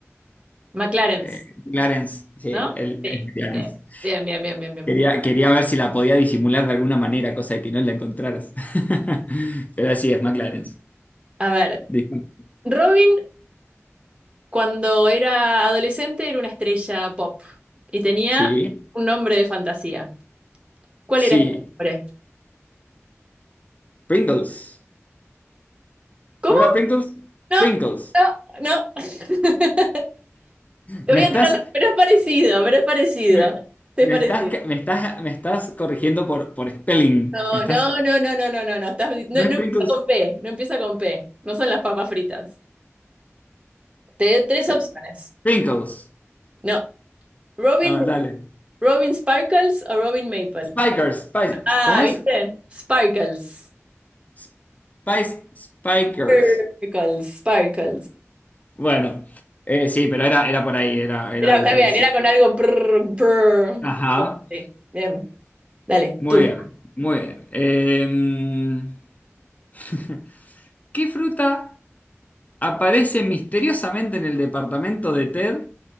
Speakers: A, on the right; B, on the left.
A: McLaren's,
B: Eh, Clarence, Sí,
A: ¿no?
B: el,
A: Sí.
B: es sí, Clarence.
A: Bien, bien, bien, bien, bien.
B: Quería,
A: bien.
B: quería ver si la podía disimular de alguna manera, cosa de que no la encontraras. <laughs> Pero así es, McLaren.
A: A ver,
B: Disculpa.
A: Robin Cuando era adolescente era una estrella pop y tenía
B: Sí,
A: un nombre de fantasía. ¿Cuál
B: sí.
A: era este nombre?
B: Pringles.
A: ¿Cómo?
B: ¿No era Pringles?
A: No,
B: Pringles.
A: no, no. <laughs> Te
B: Me
A: voy
B: estás,
A: a tirar, la- pero es parecido, pero es parecido.
B: me,
A: Es
B: me
A: parecido.
B: estás, me estás, me estás corrigiendo por, por spelling.
A: No,
B: Me estás,
A: no, no, no, no, no, no, no. Estás- no,
B: ¿no es
A: no
B: Pringles?
A: empieza con P, no empieza con P. No son las papas fritas. Te doy tres
B: Eh,
A: opciones.
B: Pringles.
A: No. Robin,
B: Ah, dale.
A: Robin Sparkles o Robin Maple.
B: Spikers. Spice-
A: Ah,
B: ¿Cómo es?
A: ¿viste? Sparkles.
B: Spice, Spikers.
A: Sparkles, Sparkles.
B: Bueno, eh, sí, pero era, era por ahí, era, era
A: Era,
B: algo
A: está
B: parecido.
A: bien, era con algo. prr, prr.
B: Ajá,
A: Sí, bien, dale,
B: muy
A: tú.
B: bien, muy bien. Em, <laughs> ¿qué fruta aparece misteriosamente en el departamento de Ted